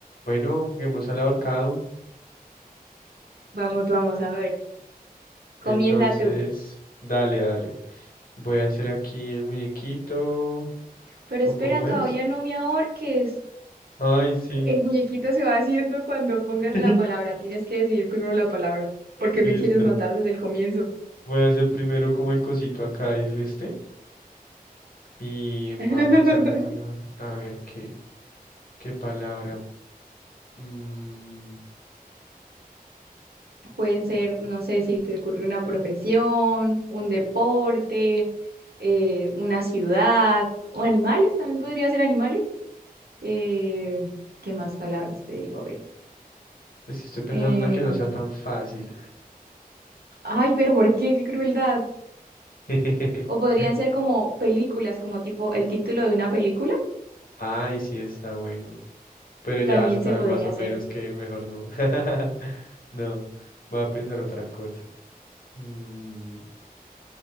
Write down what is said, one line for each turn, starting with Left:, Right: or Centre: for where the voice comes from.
Left: Bueno, juguemos al ahorcado.
Right: Vamos, vamos a ver. Comienza
Left: Entonces,
Right: tú.
Left: dale, dale. Voy a hacer aquí el muñequito.
Right: Pero
Left: ¿O
Right: espera,
Left: cómo
Right: todavía
Left: es?
Right: no me ahorques.
Left: Ay, sí.
Right: El muñequito se va haciendo cuando pongas
Left: <laughs>
Right: la palabra. Tienes que decidir primero la palabra. ¿Por qué
Left: Sí,
Right: me quieres
Left: espera.
Right: matar desde el comienzo?
Left: Voy a hacer primero como el cosito acá, el este. Y voy
Right: <laughs>
Left: a pensar la palabra. A ver qué, qué palabra. Mm,
Right: Pueden ser, no sé, si te ocurre una profesión, un deporte, eh, una ciudad, o animales, también podría ser animales. Eh, ¿qué más palabras te digo? A ver.
Left: es que estoy pensando
Right: Eh,
Left: una que no sea tan fácil.
Right: ay, pero ¿por qué? ¡Qué crueldad!
Left: <laughs>
Right: O podrían ser como películas, como tipo el título de una película,
Left: Ay, sí, está bueno. Pero ya
Right: también
Left: vas a saber
Right: se podría
Left: más o
Right: hacer.
Left: menos que mejor no. <laughs> No, voy a pensar otra cosa. Mm,